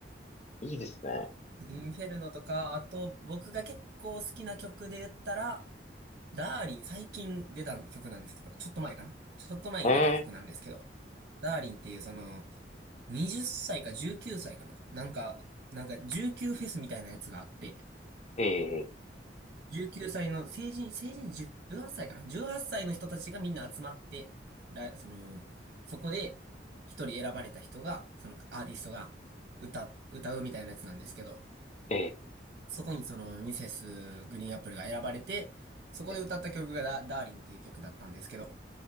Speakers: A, on the left; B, on the right.
A: いいですね。
B: インフェルノとか、あと、僕が結構好きな曲で言ったら、ダーリン、最近出た曲なんですけど、ちょっと前かな。ちょっと前に出た曲なんですけど、
A: ええ、
B: ダーリンっていうその、20歳か19歳かな。なんか、なんか19フェスみたいなやつがあって、
A: ええ、
B: 19歳の成人、成人18歳かな ?18 歳の人たちがみんな集まって、ら、その、そこで一人選ばれた人が、そのアーティストが歌、歌うみたいなやつなんですけど、
A: ええ、
B: そこにそのミセスグリーンアップルが選ばれて、そこで歌った曲がダ、
A: え
B: ダーリンっていう曲だったんですけど、